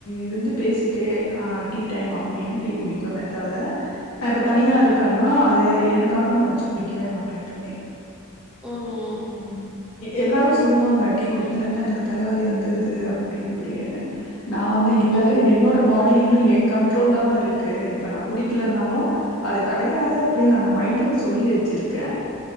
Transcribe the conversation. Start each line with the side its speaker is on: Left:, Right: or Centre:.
Left: இருந்து பேசிட்டே ஆ டீ டைம் அப்டின்னு டீ குடிப்போமே தவிர நா இப்ப தனியா
Centre: ம்
Left: இருக்கன்னா து எனக்காக நா வெச்சு குடிக்கவே மாட்டே எப்பயுமே
Centre: உஹம் உம்
Left: எல்லாரு சொல்லுவாங்க டீ குடிக்கலன்னா எனக்கு தலவலி வந்துருது அப்டி இப்டினு நான வந்து
Centre: ம்
Left: இல்ல
Centre: ம்
Left: என்னோட பாடி இன்னும் ஏன் கண்ட்ரோல்ல தா இருக்கு இப்ப நா குடிக்கலனாலு அது கடையாது அப்டின்னு அந்த மைண்டல சொல்லி வெச்சிருக்கே